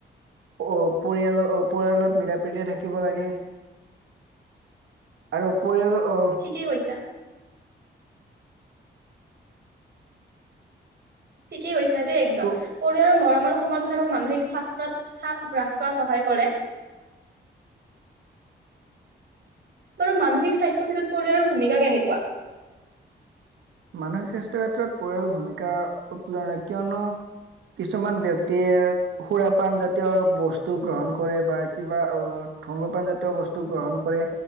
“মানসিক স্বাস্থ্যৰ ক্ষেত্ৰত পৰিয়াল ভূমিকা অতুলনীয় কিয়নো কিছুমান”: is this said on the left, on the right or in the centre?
Right